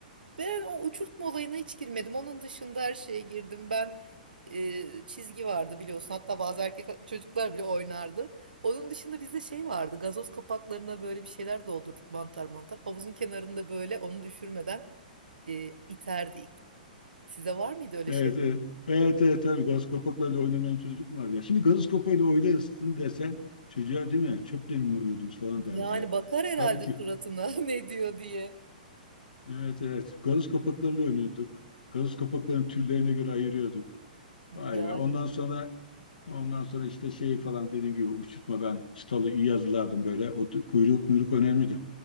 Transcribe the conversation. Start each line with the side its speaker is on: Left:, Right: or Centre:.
Right: Ben o uçurtma olayına hiç girmedim. Onun dışında her şeye girdim. Ben e, çizgi vardı biliyorsun. Hatta bazı erkek çocuklar bile oynardı. Onun dışında bizde şey vardı. Gazoz kapaklarına böyle bir şeyler doldurduk mantar mantar. Havuzun kenarında böyle onu düşürmeden e, iterdik. Size var mıydı öyle
Left: Evet,
Right: şeyler?
Left: evet. Evet, evet tabii gazoz kapaklarıyla oynamayan çocuk mu var ya? Şimdi gaz kapağıyla oynasın desen çocuğa değil mi? Çöple mi oynuyordunuz falan der
Right: Yani
Left: bize.
Right: bakar herhalde
Left: Halbuki
Right: suratına <laughs> ne diyor diye.
Left: evet evet gazoz kapaklarıyla oynuyorduk. gaz kapaklarının türlerine göre ayırıyorduk.
Right: Yani
Left: Vay be. Ondan sonra ondan sonra işte şey falan dediğim gibi uçurtma ben çıtalı iyi hazırlardım böyle. O d- kuyruk muyruk önemlidir.